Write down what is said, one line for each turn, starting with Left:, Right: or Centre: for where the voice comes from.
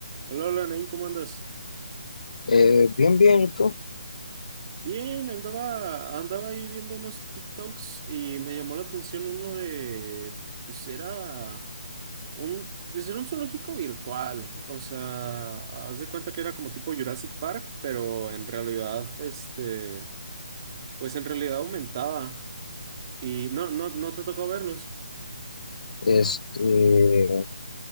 Right: Hola, hola, Nain, ¿cómo andas?
Left: Eh, bien, bien, ¿y tú?
Right: Bien, andaba, andaba ahí viendo unos TikToks y me llamó la atención uno de, pues era un, pues era un zoológico virtual, o sea, haz de cuenta que era como tipo Jurassic Park, pero en realidad, este, pues en realidad aumentada y no, no, no te tocó verlos.
Left: Este,